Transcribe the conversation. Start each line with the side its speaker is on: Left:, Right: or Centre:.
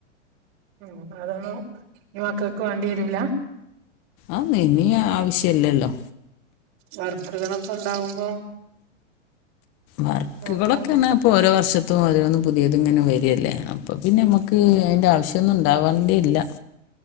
Right: ഉം അതൊന്നും ഈ മക്കെക്ക് വാണ്ടി വെരൂലാ
Left: ആഹ ഇനി ആവശ്യല്ലല്ലോ
Right: വർക്കുകളൊക്കെ ഉണ്ടാവുമ്പോ
Left: വർക്കുകളൊക്കെന്ന
Right: നോക്കാം
Left: ഇപ്പൊ ഓരോ വർഷ ത്തിലും ഓരോന്ന് പുതിയത് ഇങ്ങനെ വരല്ലേ അപ്പൊ പിന്നെ നമ്മക്ക് അതിന്റെ ആവശ്യംഒന്നും ഉണ്ടാവാണ്ടേ ഇല്ല